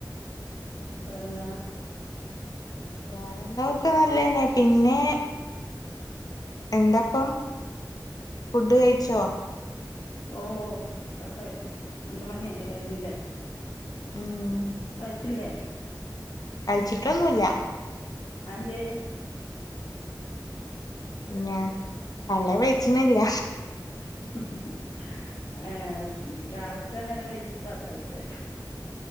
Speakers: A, on the left; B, on the left.
A: വേറെന്താ
B: വേറെന്താ ഒക്കെ നല്ല തന്നെ പിന്നെ എന്താപ്പം ഫുഡ് കഴിച്ചോ
A: ഓ ഇവിടെ കഴിച്ചു രണ്ടു മണി കഴിഞ്ഞില്ലേ
B: ഉം
A: കഴച്ചില്ലേ
B: കഴിച്ചിട്ടൊന്നുമില്ല
A: അതന്തെ
B: ഞാൻ നല്ല വഴിച്ചന്നില്ല
A: <unintelligible> ഏ, രാവിലത്തെ നേരം വൈകിട്ടാവും കഴിക്കാൻ